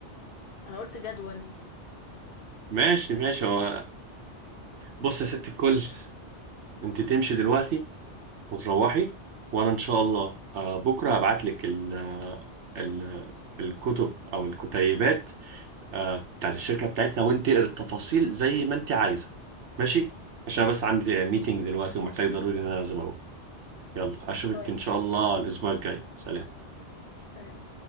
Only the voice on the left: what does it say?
أنا قلت جدول
ماشي
طيب
سلام
سلام